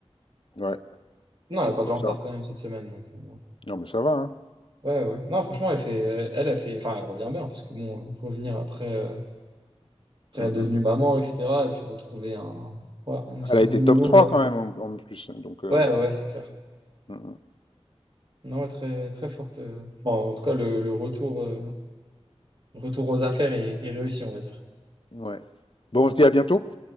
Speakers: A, on the left; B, on the right.
A: Ouais.
B: Non, elle a perdu
A: Bon,
B: encore
A: ça,
B: quand même cette semaine. donc, euh,
A: non, mais ça va, hein.
B: ouais, ouais. Non, franchement, elle fait, euh, elle, elle fait, enfin, elle revient bien parce que bon, euh, revenir après, euh, après
A: Mm,
B: être devenue
A: mm,
B: maman, etc. Elle fait retrouver un, ouais, un aussi
A: Elle a été
B: bon niveau.
A: top 3
B: euh.
A: quand même en, en plus. hein, Donc, euh,
B: Ouais, ouais, ouais, c'est clair.
A: mm, mm,
B: Non, ouais, très, très forte. euh. Enfin, en tout cas, le, le retour, euh, retour aux affaires est, est réussi, on va dire.
A: ouais. Bon, on se dit à bientôt,